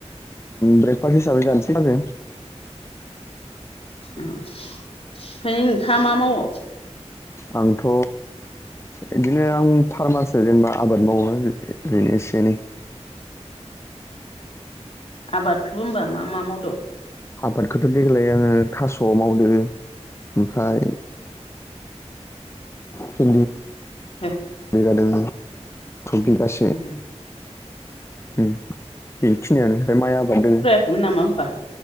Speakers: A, on the left; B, on the left.
A: ब्रेकफासट हिसाबै गानाज
B: ओमफ्राय नोंथाङ मा मावो?
A: आंथ' बिदिनो आं फार्मारसो जेनेबा आबाद मावो ओरैनो एसे एनै।
B: आबादखौबो होनबा मा मा मावद?
A: आबादखौथ' देग्लाय आङो थास' मावदों। ओमफ्राय हि
B: ए
A: बिगादों ख बिगासे
B: उम
A: बेखिनियानो ओमफ्राय माइ आबाद दङ
B: खमोन नामा होनोमबा?